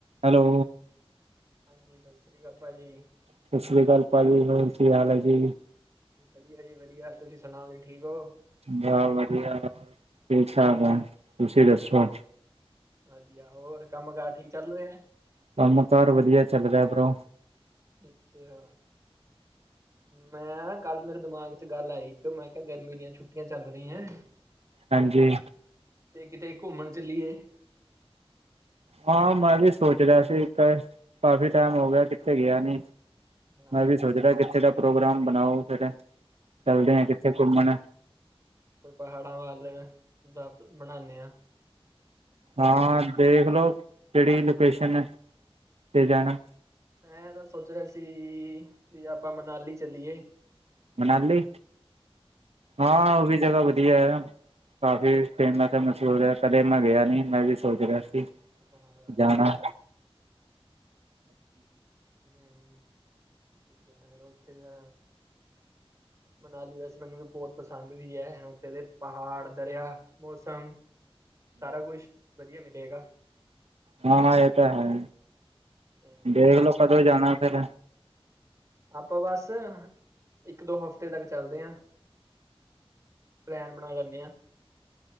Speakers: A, on the right; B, on the right.
A: Hello.
B: ਹਾਂਜੀ ਸਤਿ ਸ਼੍ਰੀ ਅਕਾਲ ਭਾਜੀ।
A: ਸਤਿ ਸ੍ਰੀ ਅਕਾਲ ਭਾਜੀ ਹੋਰ ਕੀ ਹਾਲ ਹੈ ਜੀ?
B: ਵਧੀਆ ਜੀ ਵਧੀਆ ਤੁਸੀਂ ਸੁਣਾਓ ਜੀ ਠੀਕ ਹੋ।
A: ਬ ਵਧੀਆ ਠੀਕ ਠਾਕ ਆ ਤੁਸੀਂ ਦੱਸੋ?
B: ਵਧੀਆ ਹੋਰ ਕੰਮ ਕਾਰਜ ਠੀਕ ਚੱਲ ਰਿਹਾ।
A: ਕੰਮ ਕਾਰ ਵਧੀਆ ਚੱਲ ਰਿਹਾ ਬਰੋ
B: ਅੱਛਾ। ਮੈਂ ਕੱਲ ਮੇਰੇ ਦਿਮਾਗ ਚ ਗੱਲ ਆਈ ਇੱਕ ਮੈਂ ਕਿਹਾ ਗਰਮੀ ਦੀਆਂ ਛੁੱਟੀਆਂ ਚੱਲ ਰਹੀ ਹੈ।
A: ਹਾਂਜੀ।
B: ਤੇ ਕਿਤੇ ਘੁੰਮਣ ਚੱਲੀਏ
A: ਹਾਂ, ਮੈ ਵੀ ਸੋਚ ਰਿਹਾ ਸੀ ਕਾਫੀ ਟਾਈਮ ਹੋ ਗਿਆ ਕਿਥੇ ਗਿਆ ਨੀ
B: ਹਾਂ
A: ਮੈ ਵੀ ਸੋਚਦਾ ਕਿਥੇ ਦਾ ਪ੍ਰੋਗਰਾਮ ਬਣਾਓ ਫਿਰ ਚੱਲਦੇ
B: ਹਾਂਜੀ-ਹਾਂਜੀ
A: ਆ ਕਿੱਥੇ ਘੁੰਮਣ
B: ਕੋਈ ਪਹਾੜਾਂ ਵੱਲ ਦਾ ਬਣਾਦੇ ਹਾਂ।
A: ਹਾਂ ਦੇਖ ਲਓ ਕਿਹੜੀ ਲੋਕੇਸ਼ਨ ਤੇ ਜਾਣਾ
B: ਮੈਂ ਤਾਂ ਸੋਚ ਰਿਹਾ ਸੀ ਵੀ ਆਪਾਂ ਮਨਾਲੀ ਚੱਲੀਏ
A: ਮਨਾਲੀ ਹਾਂ ਉਹ ਵੀ ਜਗ੍ਹਾ ਵਧੀਆ ਕਾਫੀ ਫੇਮਸ ਮਸ਼ਹੂਰ ਹੈ। ਕਦੇ ਮੈਂ ਗਿਆ ਨੀ ਮੈਂ ਵੀ ਸੋਚ ਰਿਹਾ ਸੀ।
B: ਹਾਂ
A: ਜਾਣਾ
B: ਹੂੰ ਫਿਰ ਉਥੇ ਜਾ ਮਨਾਲੀ ਵੈਸੇ ਮੈਨੂੰ ਵੀ ਬਹੁਤ ਪਸੰਦ ਵੀ ਐ। ਉਥੇ ਦੇ ਪਹਾੜ ਦਰਿਆ ਮੌਸਮ ਸਾਰਾ ਕੁਛ ਵਧੀਆ ਮਿਲੇਗਾ।
A: ਹਾਂ ਇਹ ਤਾਂ ਹੈ।
B: ਹਾਂਜੀ
A: ਦੇਖਲੋ
B: ਪਹਾੜਾਂ
A: ਕਦੋਂ ਜਾਣਾ ਫੇਰ
B: ਆਪਾਂ ਬਸ ਇਕ ਦੋ ਹਫ਼ਤੇ ਤੱਕ ਚੱਲਦੇ ਹਾਂ। ਪਲੈਨ ਬਣਾ ਲੈਣੇ ਆ।